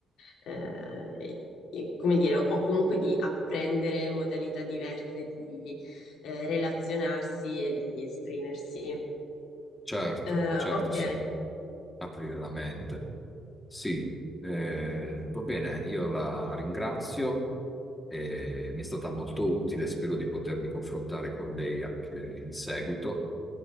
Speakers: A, on the left; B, on the left.
A: eh, in- come dire, o comunque di apprendere modalità diverse di eh, relazionarsi e di esprimersi.
B: Certo,
A: Eh,
B: certo,
A: ok,
B: sì. Aprire la mente. Sì, eh,
A: esatto.
B: va bene, io la ringrazio, eh, mi è stata molto utile, spero di potermi confrontare con lei anche in seguito